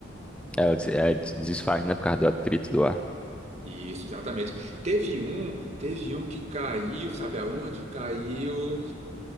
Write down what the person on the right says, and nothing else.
Isso, exatamente. Teve um, teve um que caiu, sabe aonde? Caiu,